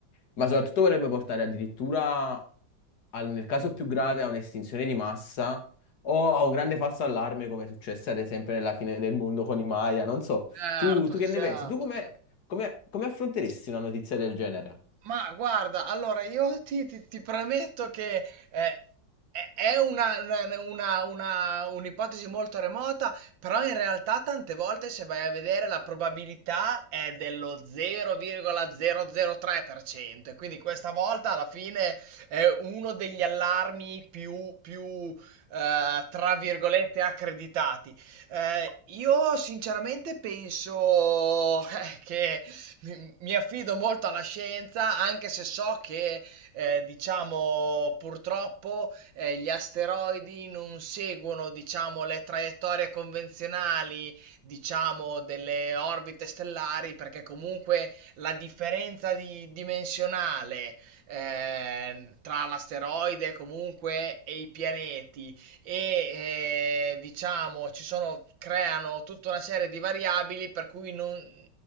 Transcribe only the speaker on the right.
Certo,
certo,
certo.
Ma guarda, allora io ti, ti- ti premetto che eh, è è una, una- una- una- un'ipotesi molto remota, però in realtà tante volte se vai a vedere la probabilità è dello 0,003%, quindi questa volta alla fine è uno degli allarmi più, più, eh, tra virgolette, accreditati. Eh, io sinceramente penso <laughs> eh, che mi, mi affido molto alla scienza, anche se so che, eh, diciamo, purtroppo eh, gli asteroidi non seguono, diciamo, le traiettorie convenzionali, diciamo, delle orbite stellari, perché comunque la differenza di- dimensionale eh, tra l'asteroide comunque e i pianeti e eh, diciamo ci sono, creano tutta una serie di variabili per cui non-